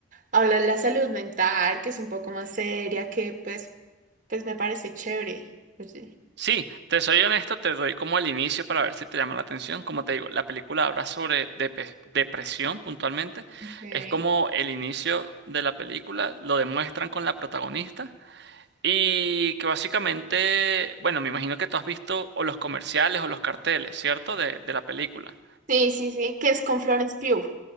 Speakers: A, on the right; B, on the right.
A: habla de la salud mental, que es un poco más seria, que pues, pues me parece chévere. Oye.
B: Sí, te soy honesto, te doy como el inicio para ver si te llama la atención. Como te digo, la película habla sobre depe- depresión puntualmente.
A: Ok.
B: Es como el inicio de la película, lo demuestran con la protagonista. Y que básicamente, bueno, me imagino que tú has visto o los comerciales o los carteles, ¿cierto? De, de la película.
A: Sí, sí, sí, que es con Florence Pugh.